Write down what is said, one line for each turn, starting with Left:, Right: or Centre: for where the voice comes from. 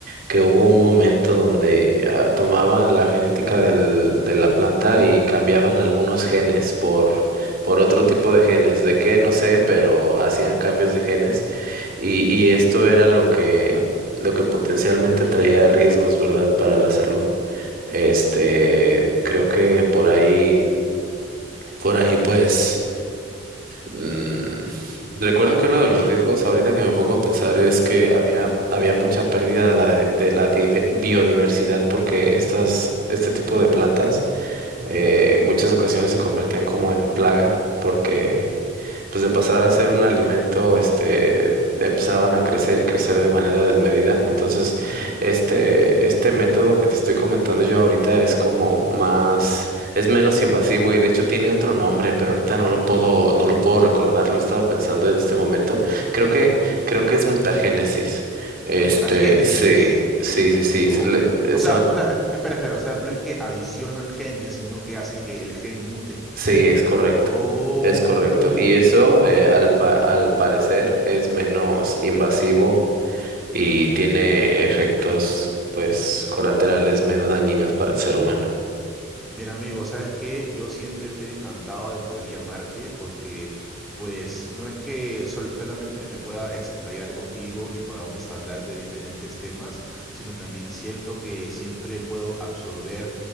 Right: que hubo un momento donde ah, tomaban la genética del, de la planta y cambiaban algunos genes por, por otro tipo de genes. ¿De qué? No sé, pero hacían cambios de genes y, y esto era lo que, lo que potencialmente traía riesgos, ¿verdad?, para la salud. Este, creo que por ahí, por ahí pues. Mm, recuerdo que uno de los riesgos ahorita que me pongo a pensar es que había, había mucha pérdida de la, de la dive- biodiversidad porque estas, este tipo de plantas
Centre: Ujú,
Right: eh, muchas ocasiones se convertían como en plaga porque pues de pasar a ser un alimento, este, empezaban a crecer y crecer de manera desmedida. Entonces,
Centre: ujú,
Right: este, este método que te estoy comentando yo ahorita es como más es menos invasivo y de hecho tiene otro nombre, pero ahorita no lo puedo, no lo puedo recordar, lo he estado pensando en este momento. Creo
Centre: Sí.
Right: que, creo que es mutagénesis. Este,
Centre: Mutagénesis.
Right: sí, sí, sí, sí,
Centre: Ok.
Right: sí, le- le-
Centre: O
Right: son,
Centre: sea, o sea, esp- espera, espera. O sea, no es que adicionan genes, sino que hacen que el gen mute.
Right: sí, es correcto,
Centre: Oh,
Right: es correcto. Y eso, eh, al pa- al parecer, es menos invasivo y tiene efectos, pues, colaterales menos dañinos para el ser humano.
Centre: Mira, amigo, ¿sabes qué? Yo siempre estoy encantado de poder llamarte porque, pues, no es que sol- solamente me pueda explayar contigo y podamos hablar de diferentes temas, sino también siento que siempre puedo absorber